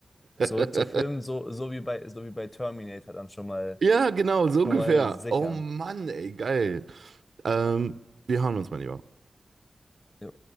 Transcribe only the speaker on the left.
Zurück
zu Filmen, so, so wie bei, so wie bei Terminator dann schon mal,
schon
mal sichern.
Jo.